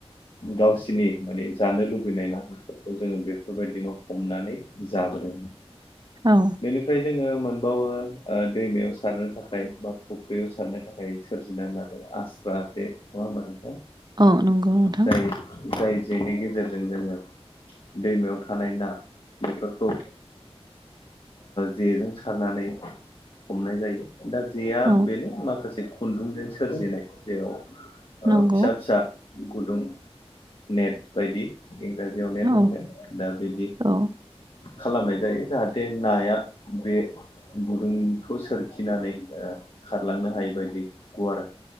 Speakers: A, on the left; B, on the right.
A: गावसिनि माने जानो लुबैनाय नाफोरखौ जोङो बे बेफोरबायदिनो हमनानै जाबोदों।
B: औ।
A: बेनिफ्राय जोङो मोनबावो दैमायाव सारनो थाखाय बा फुख्रियाव सारनो थाखाय। मफ्राय सोरजिनांगोन आरो आस्रा जे नङा होमबा नोंथां।
B: औ नंगौ नोंथां।
A: जाय जाय जेनि गेजेरजों जोङो दैमायाव थानाय ना बेफोरखौ। जेजों सारनानै हमनाय जायो दा जेया
B: औ
A: बेनो माखासे। खुन्दुंजों सोरजिनाय जेराव
B: नंगौ
A: फिसा फिसा। गुदुं नेट बायदि इंराजि। जवनाया
B: औ
A: दोनगोन दा बिदि
B: औ
A: खालामनाय जायो जाहाथे। नाया बे गुदुंखौ सोरखिनानै खारलांनो हायैबायदि गुवार